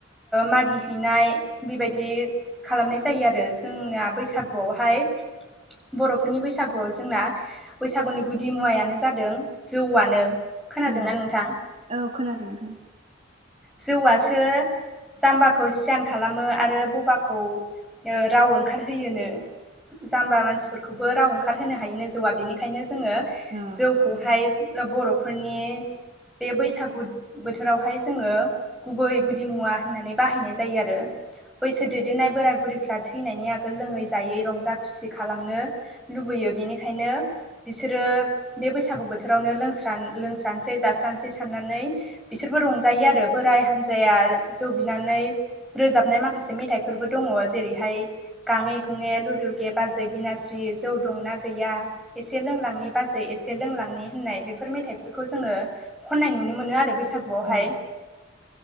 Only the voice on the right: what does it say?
औ
औ खोनादों नोंथां
औ
औ